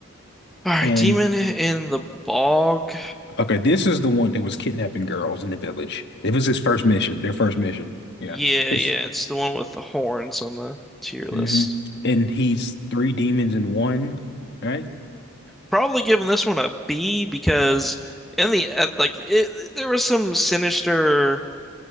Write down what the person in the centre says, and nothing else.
All right,
demon in the bog.
Yeah,
yeah, it's the one with the horns on the tier
list.
Probably giving this one a B because in the uh, like it, there was some sinister